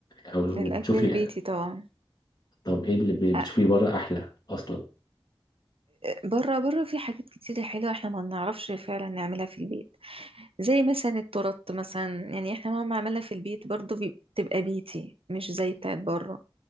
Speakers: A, on the left; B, on the right.
A: أو لو
B: الاكل
A: بتشوفي
B: البيتي طبعا
A: طب إيه اللي ب-
B: أ-
A: بتشوفيه بره أحلى أصلا
B: بره بره في حاجات كتيرة حلوة احنا ما بنعرفش فعلا نعملها في البيت زي مثلا التورت مثلا يعني احنا مهما عملنا في البيت برضو بي- بتبقى بيتي مش زي بتاعت بره